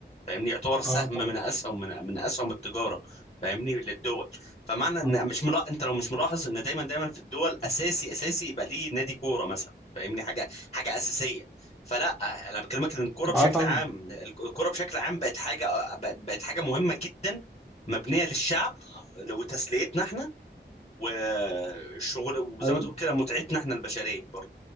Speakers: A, on the left; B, in the centre.
A: فاهمني يعتبر سهم
B: اه طبعا
A: من اسهم من من اسهم التجارة فاهمني للدول فمعنى ان
B: طبعا
A: مش ملا... انت لو مش ملاحظ ان دايما دايما في الدول اساسي اساسي يبقى ليه نادي كورة مثلا فاهمني حاجة حاجة اساسية فلا انا بكلمك ان الكوره بشكل
B: اه طبعا
A: عام الكوره بشكل عام بقت حاجه بقت حاجه مهمه جدا مبنيه للشعب وتسليتنا احنا والشغل وزي
B: ايوه
A: ما تقول كده متعتنا احنا البشريه برضه